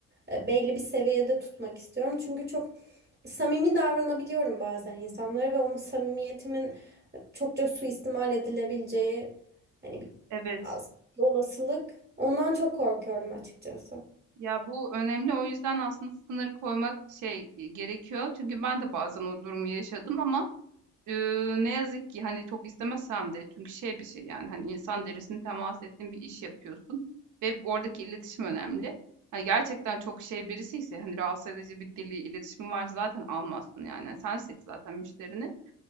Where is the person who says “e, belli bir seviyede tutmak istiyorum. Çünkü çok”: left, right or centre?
Right